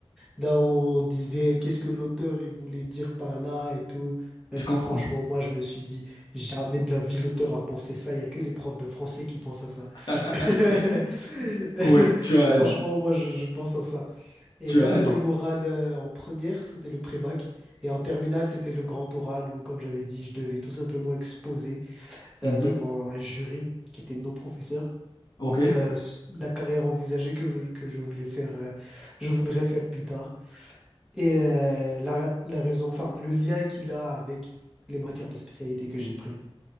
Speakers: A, in the centre; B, on the left (about 45°).
A: Là où on disait qu'est-ce que l'auteur il voulait dire par là et tout. Même
B: je comprends.
A: si franchement, moi, je me suis dit, jamais de la vie l'auteur a pensé ça. Il y a que les profs de français qui pensent à ça.
B: <laughs>
A: <laughs>
B: Oui, tu as raison.
A: Franchement, moi, je, je pense à ça. Et
B: Tu
A: ça,
B: as raison.
A: c'était l'oral euh, en première, c'était le pré-bac. Et en terminale, c'était le grand oral où, comme j'avais dit, je devais tout simplement exposer
B: Mhm.
A: euh, devant un jury qui était nos professeurs
B: OK.
A: euh, s- la carrière envisagée que, je- que je voulais faire, euh, je voudrais faire plus tard. Et euh, la, la raison, enfin, le lien qu'il a avec les matières de spécialité que j'ai pris.